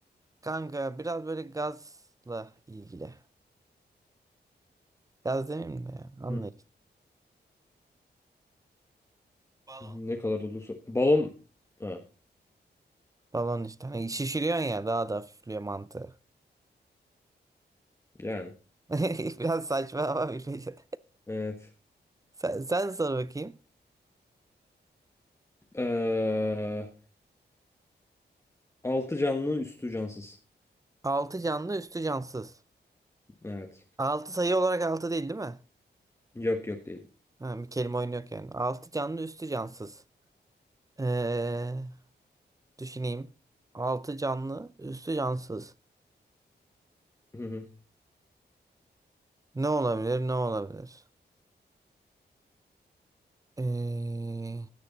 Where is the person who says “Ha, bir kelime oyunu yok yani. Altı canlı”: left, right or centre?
Right